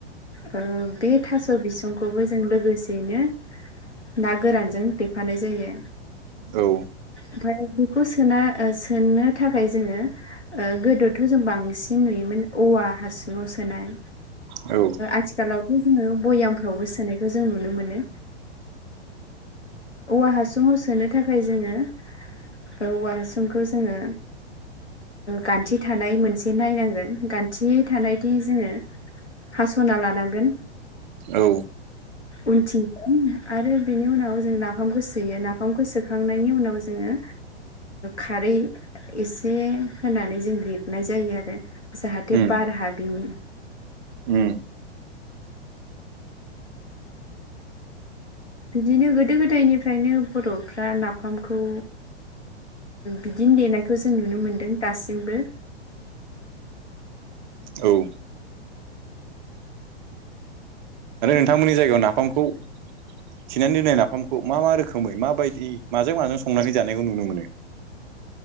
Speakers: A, on the left; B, on the right.
A: बे थास' बिसंखौबो जों लोगोसेयैनो ना गोरानजों दफानाय जायो।
B: औ।
A: ओमफ्राय बेखौ सोना सोनो थाखाय जोङो गोदोथ' जों बांसिन नुयोमोन औवा हासुङाव सोनाय
B: औ
A: आथिखालावथ' जोङो भयामफ्रावबो सोनायखौ जों नुनो मोनो औवा हासुङाव सोनो थाखाय जोङो औवा हासुंखौ जोङो गान्थि थानाय मोनसे नायनांगोन गान्थि थानायदि जोङो हास'ना लानांगोन
B: औ
A: उथिगोन आरो बिनि उनाव जों नाफामखौ सोयो नाफामखौ सोखांनायनि उनाव जोङो खारै एसे होनानै जों लिरनाय जायो आरो जाहाथे
B: उम
A: बार ह बििनि
B: उम
A: बिदिनो गोदो गोदायनिफ्रायनो बर'फ्रा नाफामखौ बिदिनो देनायखौ जों नुनो मोनदों दासिमबो
B: औ आरो नोंथांमोननिायगायाव नाफामखौ थिनानै दोननाय नाफामखौ मा मा रोखोमै माबायदि माजों माजों संनानै जानायखौ नुनो मोनो